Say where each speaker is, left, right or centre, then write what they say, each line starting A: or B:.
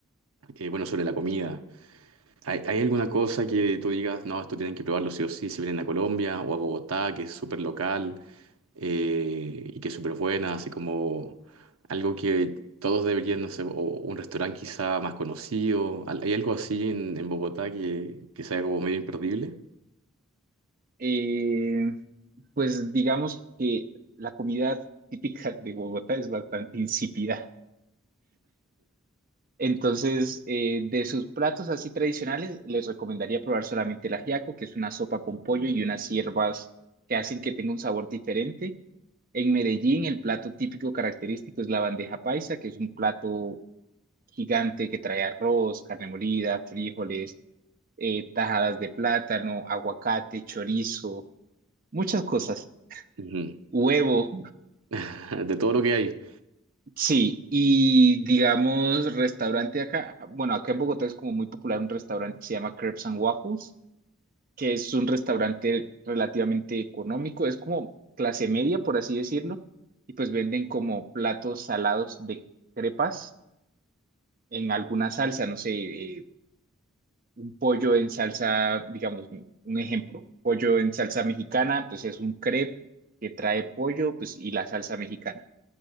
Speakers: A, on the right; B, on the right.
A: eh, bueno, sobre la comida. ¿Hay, hay alguna cosa que tú digas, no, esto tienen que probarlo sí o sí, si vienen a Colombia o a Bogotá, que es súper local eh, y que es súper buena, así como algo que todos deberían, no sé, o un restaurante quizá más conocido? ¿Al- ¿Hay algo así en, en Bogotá que, que sea como medio imperdible?
B: Eh, pues digamos que la comida típica de Bogotá es bastante insípida. Entonces, eh, de sus platos así tradicionales, les recomendaría probar solamente el ajiaco, que es una sopa con pollo y unas hierbas que hacen que tenga un sabor diferente En Medellín, el plato típico característico es la bandeja paisa, que es un plato gigante que trae arroz, carne molida, frijoles, eh, tajadas de plátano, aguacate, chorizo, muchas cosas.
A: Ujú.
B: Huevo,
A: <laughs> De todo lo que hay.
B: sí, y digamos, restaurante acá, bueno, acá en Bogotá es como muy popular un restaurante que se llama Crepes and Waffles, que es un restaurante relativamente económico, es como clase media, por así decirlo, y pues venden como platos salados de crepas en alguna salsa, no sé, eh, un pollo en salsa, digamos, un ejemplo, pollo en salsa mexicana, pues es un crepe que trae pollo, pues y la salsa mexicana.